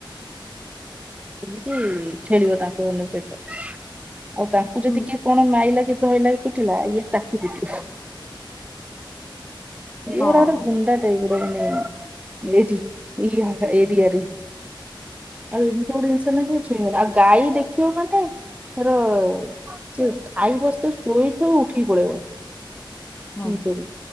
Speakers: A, on the right; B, on the left.
A: ସେମିତି ଖେଳିବ ତାଙ୍କ ମାନଙ୍କ ସହିତ ଆଉ ତାଙ୍କୁ
B: ହୁଁ।
A: ଯଦି କି କଣ ମାଇଲା କି ଧଇଲା କି କୁଟିଲା ଇଏ ତାକୁ ପିଟିବ। ଏଭରା
B: ହଁ
A: ଗୋଟେ ଗୁଣ୍ଡା ଟାଇପର ମାନେ ଲେଡି ଏଇ ଏରିଆ ରେ ଆଉ ଏମିତି ଗୋଟେ ଜିନିଷ ନା ସେ ଛୁଇଁବନି ଆଉ ଗାଈ ଦେଖିବ ମାନେ ତାର ସେ ଖାଇ ବସିଥିବ ଶୋଇଥବ ଉଠିକି ପଳେଇିବ।
B: ହଁ